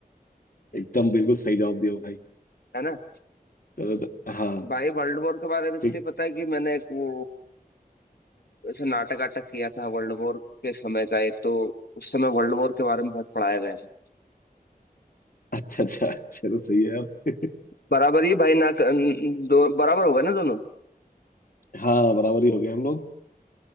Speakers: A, on the left; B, on the left.
A: एकदम बिल्कुल सही जवाब दिया भाई
B: है ना
A: चलो तो- हाँ
B: भाई वर्ल्ड वॉर के बारे में इसलिए
A: ठीक
B: पता है कि मैंने एक वो ऐसा नाटक वाटक किया था वर्ल्ड वॉर के समय का एक तो उस समय वर्ल्ड वॉर के बारे में बहुत पढ़ाया गया था
A: अच्छा अच्छा चलो सही है यार
B: बराबर ही भाई ना क- न- दो बराबर होगा ना दोनों
A: हाँ बराबर ही हो गया हम लोग